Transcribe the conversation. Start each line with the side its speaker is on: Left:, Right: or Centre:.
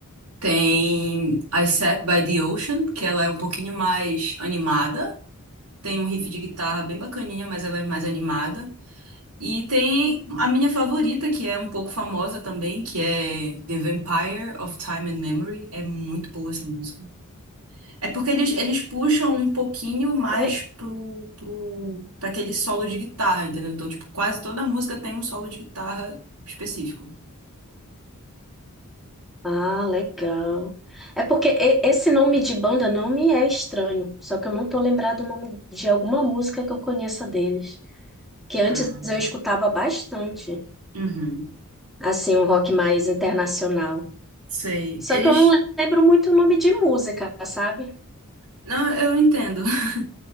Right: Tem I Sat by the Ocean, que ela é um pouquinho mais animada. Tem um riff de guitarra bem bacaninha, mas ela é mais animada. E tem a minha favorita, que é um pouco famosa também, que é The Vampire of Time and Memory. É muito boa essa música. É porque eles, eles puxam um pouquinho mais
Centre: É?
Right: pro, pro, pra aquele solo de guitarra, entendeu? Então, tipo, quase toda música tem um solo de guitarra específico.
Centre: Ah, legal. É porque e- esse nome de banda não me é estranho, só que eu não tô lembrado o nome de alguma música que eu conheça deles. Que antes
Right: Ah,
Centre: eu escutava bastante,
Right: Uhum,
Centre: assim, um rock mais internacional.
Right: sei.
Centre: Só
Right: Eles.
Centre: que eu não lembro muito o nome de música, sabe?
Right: Não, eu entendo. <laughs>